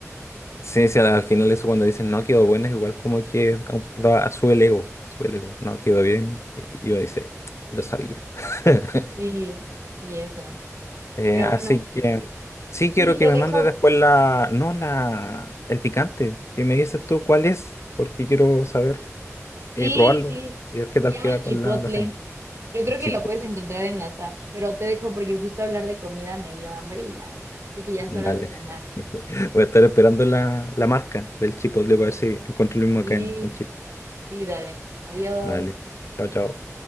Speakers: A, on the left; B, on the right.
A: Sí, sí, al, al final eso cuando dicen no quedó bueno es igual como que au- da, sube el ego, sube el ego, no quedó bien. Y uno dice, lo sabía. <laughs>
B: Sí, sí, eso.
A: Eh,
B: Pero
A: así
B: bueno,
A: que sí
B: sí,
A: quiero que
B: te
A: me
B: dejo.
A: mandes después la, no la, el picante, que me dices tú cuál es, porque quiero saber, eh,
B: Sí,
A: probarlo
B: sí.
A: y ver qué
B: Se
A: tal
B: llama
A: queda con
B: Chipotle.
A: la lasaña.
B: Yo
A: El
B: creo
A: chipotle,
B: que lo puedes encontrar en lata, pero te dejo porque justo hablar de comida me dio hambre y ya. Creo que ya
A: vale.
B: es hora de cenar.
A: <laughs> Voy a estar esperando la, la marca del chipotle para ver si encuentro lo mismo
B: Sí,
A: acá en, en Chile.
B: sí, dale. Adiós.
A: Vale, chao, chao.